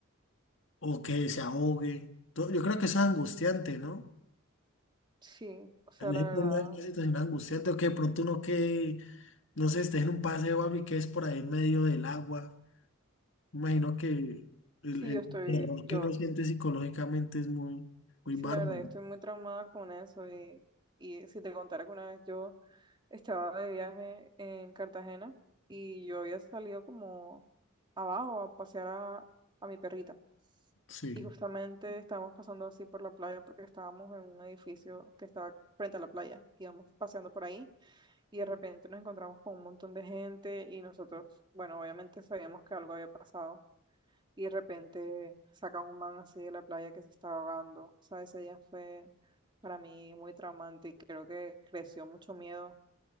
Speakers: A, on the left; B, on the right.
A: o que se ahogue. To- Yo creo que eso es angustiante, ¿no?
B: Sí, o sea,
A: Es
B: la verdad,
A: una, una situación angustiante o que de pronto uno que, no sé, esté en un paseo o algo y que es por ahí en medio del agua. Imagino que el,
B: sí,
A: el
B: yo estoy,
A: terror
B: yo,
A: que uno siente psicológicamente es muy, muy
B: sí,
A: bárbaro.
B: la verdad, yo estoy muy traumada con eso y, y si te contara que una vez yo estaba de viaje en Cartagena y yo había salido como abajo a pasear a, a mi perrita.
A: Sí,
B: Y justamente estábamos pasando así por la playa porque estábamos en un edificio que estaba frente a la playa. Íbamos paseando por ahí y de repente nos encontramos con un montón de gente y nosotros, bueno, obviamente sabíamos que algo había pasado. Y de repente sacan un man así de la playa que se estaba ahogando. O sea, ese día fue para mí muy traumante y creo que creció mucho miedo